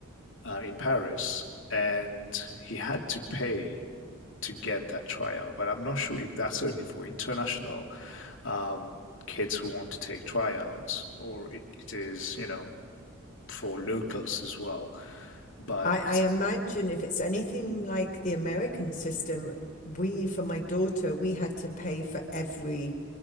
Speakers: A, on the left (about 60°); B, on the left (about 40°).
A: uh, in Paris, and he had to pay to get that trial. But I'm not sure if that's only for international um, kids who want to take tryouts or it, it is, you know, for locals as well. But
B: I, I imagine if it's anything like the American system, we, for my daughter, we had to pay for every